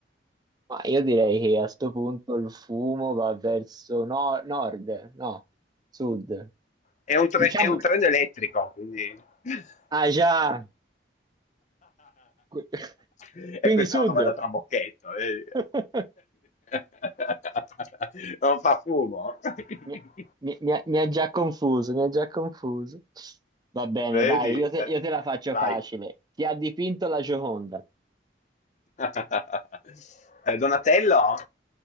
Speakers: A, on the right (about 20°); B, on the left (about 40°).
A: Ma io direi che a sto punto il fumo va verso no- nord, no, sud.
B: È un, tre-
A: Diciamo,
B: è un treno elettrico, quindi... <laughs>
A: ah già, Qui- <laughs>
B: E
A: quindi
B: questa
A: sud.
B: è una domanda trabocchetto. eh.
A: <laughs>
B: <laughs> Non fa fumo. <laughs>
A: Mi, mi- mi ha mi ha già confuso, mi ha già confuso. Va bene,
B: Vedi?
A: dai, io te,
B: Eh,
A: io te la faccio
B: vai.
A: facile. Chi ha dipinto la Gioconda?
B: <laughs> Eh, Donatello?